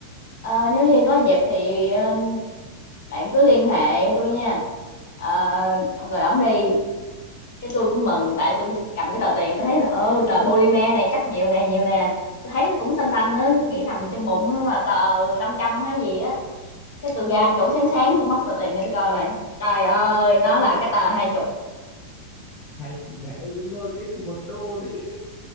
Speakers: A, on the left (about 65°); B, on the left (about 40°).
A: Ờ, nếu như có dịp thì ờ, bạn cứ liên hệ tôi nha Ờ, ông rồi ông đi Cái tôi cũng mừng, tại tôi cầm cái tờ tiền tôi thấy là, ơ, tờ polymer này chắc nhiều nè, nhiều nè. tôi thấy nó cũng xanh xanh á, nghĩ thầm trong bụng nó là tờ 500 hay gì á. Cái tôi ra chỗ sáng sáng tôi móc tờ tiền nghe tôi coi lại. Trời ơi, nó là cái tờ hai chục
B: hai chữ cái đúng rồi tiếp thì một đô thôi